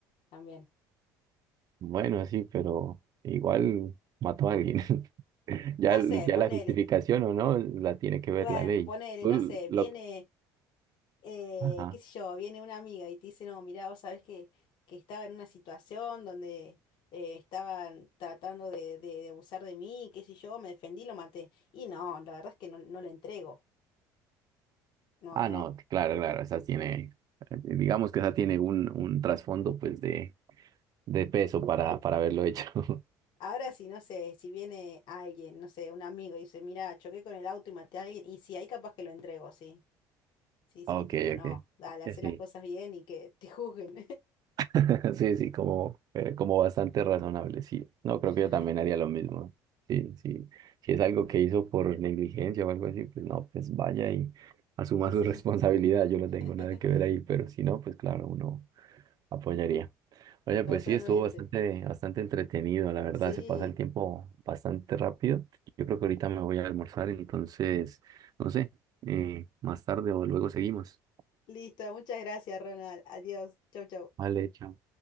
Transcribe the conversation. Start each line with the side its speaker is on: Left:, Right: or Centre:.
Left: también.
Right: Bueno, sí, pero igual mató a alguien. <laughs> Ya,
Left: No sé,
Right: ya
Left: ponele.
Right: la justificación o no la tiene que ver
Left: Bueno,
Right: la ley.
Left: pero ponele,
Right: Tú
Left: no sé, viene,
Right: lo-
Left: eh,
Right: ajá.
Left: qué sé yo, viene una amiga y te dice, no, mirá, vos sabés que, que estaba en una situación donde eh, estaban tratando de, de, de abusar de mí, qué sé yo, me defendí, lo maté. Y no, la verdad es que no, no le entrego. No,
Right: Ah,
Left: no.
Right: no, claro, claro, esa tiene, digamos que esa tiene un, un trasfondo pues de, de peso para, para haberlo hecho. <laughs>
Left: Ahora sí, no sé, si viene alguien, no sé, un amigo y dice, mira, choqué con el auto y maté a alguien, y si hay capaz que lo entrego, sí. Sí, sí,
Right: Ok,
Left: tipo, no,
Right: ok.
Left: dale, hacé
Right: Sí, sí.
Left: las cosas bien y que te juzguen.
Right: <laughs> Sí, sí, como, eh, como bastante razonable, sí. No, creo
Left: <laughs>
Right: que yo también haría lo mismo. Sí, sí. Si es algo que hizo por negligencia o algo así, pues no, pues vaya y asuma
Left: Y
Right: su
Left: sí,
Right: <laughs> responsabilidad. Yo no
Left: <laughs>
Right: tengo nada que ver ahí, pero si no, pues claro, uno apoyaría. Oye,
Left: totalmente.
Right: pues sí, estuvo bastante, bastante entretenido, la verdad,
Left: Sí.
Right: se pasa el tiempo bastante rápido. Yo creo que ahorita me voy a almorzar, entonces, no sé, eh, más tarde o luego seguimos.
Left: Listo, muchas gracias, Ronald. Adiós. Chau, chau.
Right: Vale, chao.